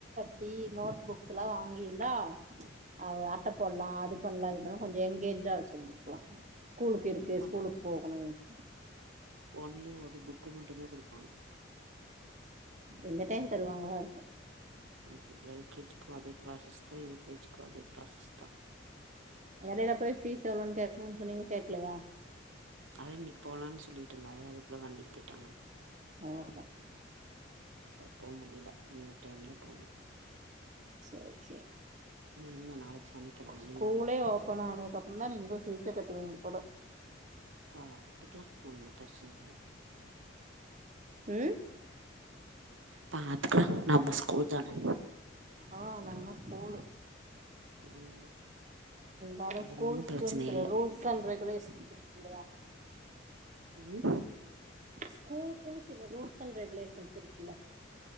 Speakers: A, on the right; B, on the right.
A: ட்டி நோட் புக்ஸ் எல்லாம் வாங்கிருந்தா அவ அட்ட போடலாம் அது பண்ணலாம் இது பண்ணலாம் கொஞ்சம் எனங்கேஜா வச்சிருந்திருக்கலாம் ஸ்கூலுக்கு
B: குடுக்க
A: இருக்கு
B: மாட்டாங்க
A: ஸ்கூலுக்கு போகணும் <inaudible>
B: ஒன்லி ஒரு புக்கு மட்டும் தான் கொடுப்
A: எந்த டைம் தருவாங்களோ இருக்கும்
B: ம் எல் கேஜி அதே பிரசஸ்தா யூ கே ஜி க்கும் அதே பிரசஸ்தா
A: எடையில போய் ஃபீஸ் எவ்ளோன்னு ம் சொன்னீங்க கேக்கலையா
B: அதா இன்னைக்கு போலான்னு சொல்லிட்டு <unintelligible> வண்டிக்கு போயிட்டாங்க
A: ஓஹோ
B: போவ முடியல இன்னொரு டைம்ல போகணும்
A: செரி செரி
B: என்ன நாளைக்கு சனிக்கிழம
A: ஸ்கூலே
B: லீவு
A: ஓப்பன் ஆனதுக்கப்ப வந்தா நீங்க போ பீஸா கட்டுவீங்க போல
B: பாத்துக்கலாம் ஒன்னும் பிரச்சனை இல்லை
A: உம்
B: பாத் க்குல நம்ம ஸ்கூல் தானே
A: ஆஹ் நம்ம ஸ்கூலு
B: ம்
A: வர ஸ்கூல்ஸ்குன்னு
B: ஒன்னு பிரச்சன இல்ல
A: ரூல்ஸ் அண்ட் ரெகுலேஷன் இல்லையா
B: உம்
A: ஸ்கூலுக்குன்னு சில ரூல்ஸ் அண் ரெகுலேஷன்ஸ் இருக்குல்ல